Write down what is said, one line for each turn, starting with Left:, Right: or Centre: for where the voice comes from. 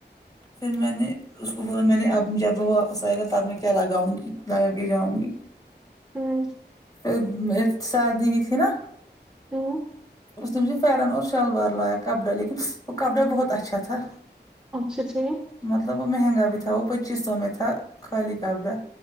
Left: پھر میں نے اس کو بولا میں نے اب جب واپس آئے گا تب میں کیا لگاؤں گی لگا کے جاؤں گی
Centre: ہمم
Left: جب میں سردی ہی تھی نا
Centre: ہمم
Left: اس نے مجھے پرن اور شلوار لایا کپڑا لیکن وہ کپڑا بہت اچھا تھا
Centre: اچھا جی
Left: مطلب وہ مہنگا بھی تھا وہ پچیس سو میں تھا خالی کپڑا